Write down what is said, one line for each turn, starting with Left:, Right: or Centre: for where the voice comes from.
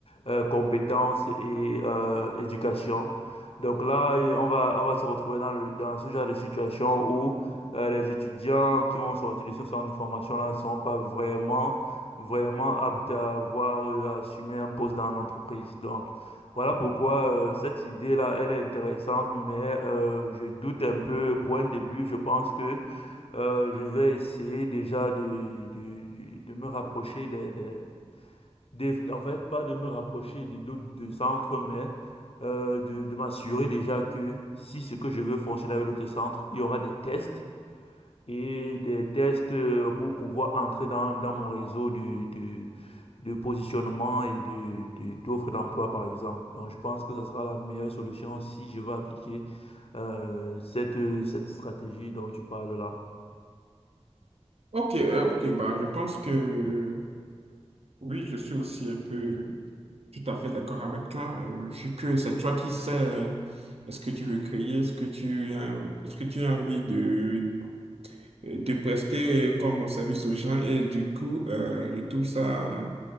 Left: euh, compétences et euh, éducation. Donc là, et on va, on va se retrouver dans le, dans ce genre de situation où euh, les étudiants qui vont sortir de ce centre de formation-là ne seront pas vraiment, vraiment aptes à avoir, euh, à assumer un poste dans l'entreprise. Donc, voilà pourquoi euh, cette idée-là, elle est intéressante, mais euh, je doute un peu. Pour un début, je pense que euh, je vais essayer déjà de, de, de me rapprocher des, des, des- En fait, pas de me rapprocher des d'autres de centres, mais euh, de, de m'assurer déjà que si ce que je veux fonctionner avec d'autres centres, il y aura des tests et des tests euh, pour pouvoir entrer dans, dans mon réseau de, de, de positionnement et de, de- d'offres d'emploi, par exemple. Donc, je pense que ce sera la meilleure solution si je veux appliquer euh, cette, cette stratégie dont tu parles là.
Right: Ok, euh, ok, bah, je pense que euh, oui, je suis aussi un peu Tout à fait d'accord avec toi. Euh, vu que c'est toi qui sais euh, ce que tu veux créer, ce que tu as, ce que tu as envie de, de prester comme service aux gens. Et du coup, euh, je trouve ça,